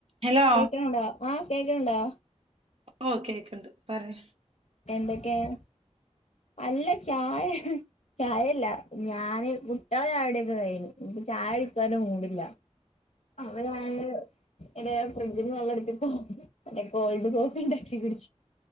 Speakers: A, on the right; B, on the left.
A: Hello
B: കേൾക്കണണ്ടോ ആഹ് കേൾക്കണണ്ടോ.
A: ഓ കേൾക്കണ്ട് പറയാ-
B: എന്തൊക്കെയ അല്ല ചായ- ചായല്ല ഞാന് കുട്ട്യാളുടെ ചായ കുടിയൊക്കെ കഴിഞ്ഞു ചായ കുടിക്കാൻ ഒരു മൂഡില്ല. അപ്പോ ഞാന്- എവിടെ ഫ്രിഡ്ജിന് വെള്ളം എടുത്തിട്ട് കോൾഡ് കോഫി ഉണ്ടാക്കി കുടിച്ചു.